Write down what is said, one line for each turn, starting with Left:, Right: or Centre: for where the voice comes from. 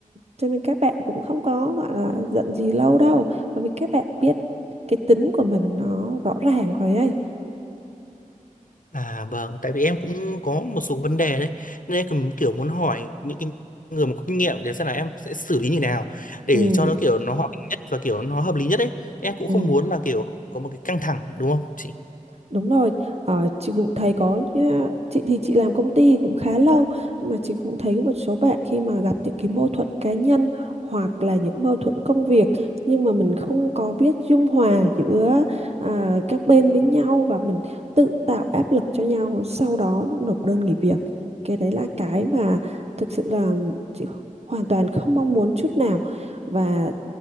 Right: cho nên các bạn cũng không có gọi là giận gì lâu đâu bởi vì các bạn biết cái tính của mình nó rõ ràng rồi ấy
Left: À vâng, tại vì em cũng có một số vấn đề đấy nên em cũng kiểu muốn hỏi những cái người mà có kinh nghiệm để xem là em sẽ xử lý như nào để
Right: ừ,
Left: cho nó kiểu nó hòa bình nhất và kiểu nó hợp lý nhất ấy. Thế em cũng
Right: ừ.
Left: không muốn là kiểu có một cái căng thẳng đúng không chị?
Right: Đúng rồi, ờ, chị cũng thấy có nhá- chị thì chị làm công ty cũng khá lâu nhưng mà chị cũng thấy một số bạn khi mà gặp những cái mâu thuẫn cá nhân hoặc là những mâu thuẫn công việc nhưng mà mình không có biết dung hòa giữa à, các bên với nhau và mình tự tạo áp lực cho nhau sau đó nộp đơn nghỉ việc. Cái đấy là cái mà thực sự là chị hoàn toàn không mong muốn chút nào và